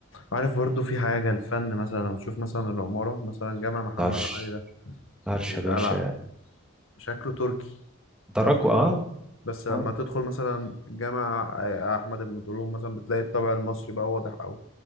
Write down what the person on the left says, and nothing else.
عارف برضو في حاجة الفن مثلا لما تشوف مثلا العمارة مثلا جامع محمد
علي ده
في القلعة
شكله تركي
أصلاً.
بس لما
تدخل مثلا جامع آه، أحمد بن طولون مثلا بتلاقي الطابع المصري بقى واضح أوي